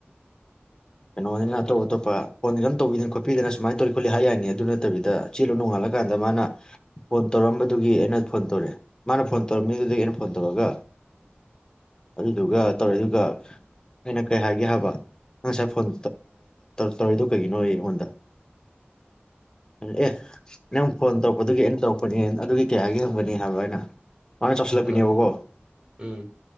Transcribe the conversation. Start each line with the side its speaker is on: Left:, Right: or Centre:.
Left: ꯀꯩꯅꯣ ꯍꯣꯏꯅ
Right: ꯑꯥ
Left: ꯑꯠꯇꯣꯞ ꯑꯠꯇꯣꯄ ꯐꯣꯟꯗꯤ ꯑꯗꯨꯝ ꯇꯧꯕꯤꯗꯅ ꯈꯣꯠꯄꯤꯗꯅ ꯁꯨꯃꯥꯏꯅ ꯇꯧꯔꯤ ꯈꯣꯠꯂꯤ ꯍꯥꯏ ꯌꯥꯏꯅꯤ ꯑꯗꯨ ꯅꯠꯇꯕꯤꯗ ꯆꯦꯜꯂꯨ ꯅꯣꯡꯉꯥꯜꯂ ꯀꯥꯟꯗ ꯃꯥꯅ ꯐꯣꯟ ꯇꯧꯔꯝꯕꯗꯨꯒꯤ ꯑꯩꯅ ꯐꯣꯟ ꯇꯧꯔꯛꯑꯦ ꯃꯥꯅ ꯐꯣꯟ ꯇꯧꯔꯝꯃꯤꯗꯨꯗꯒꯤ ꯑꯩꯅ ꯐꯣꯟ ꯇꯧꯔꯒ ꯑꯗꯨꯗꯨꯒ ꯇꯧꯔꯦꯗꯨꯒ ꯑꯩꯅ ꯀꯩ ꯍꯥꯏꯒꯦ ꯍꯥꯏꯕ ꯉꯁꯥꯏ ꯐꯣꯟ ꯇꯧꯔꯛꯏꯗꯣ ꯀꯩꯒꯤꯅꯣꯌꯦ ꯑꯩꯉꯣꯟꯗ ꯑꯦ ꯅꯪ ꯐꯣꯟ ꯇꯧꯔꯛꯄꯗꯨꯒꯤ ꯑꯩꯅ ꯇꯧꯔꯛꯄꯅꯤ ꯑꯗꯨꯒꯤ ꯀꯩ ꯍꯥꯏꯒꯦ ꯍꯪꯕꯅꯤ ꯍꯥꯏꯕ ꯑꯩꯅ ꯃꯥꯅ ꯆꯥꯎꯁꯤꯜꯂꯛꯄꯤꯅꯦꯕꯀꯣ
Right: ꯑ ꯎꯝ